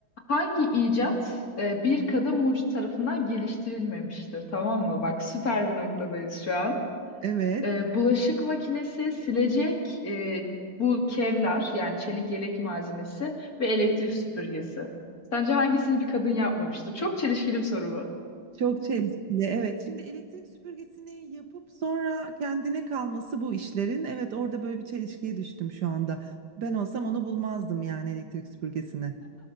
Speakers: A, on the left; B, on the right.
A: hangi icat e, bir kadın mucit tarafından geliştirilmemiştir? Tamam mı? Bak süper bir noktadayız şu an.
B: Evet.
A: E, bulaşık makinesi, silecek, e, bu kevlar yani çelik yelek malzemesi ve elektrik süpürgesi. Sence hangisini bir kadın yapmamıştır? Çok çelişkili bir soru bu.
B: Çok çelişkili. Evet. Şimdi elektrik süpürgesini yapıp sonra kendine kalması bu işlerin. Evet, orada böyle bir çelişkiye düştüm şu anda. Ben olsam onu bulmazdım yani elektrik süpürgesini.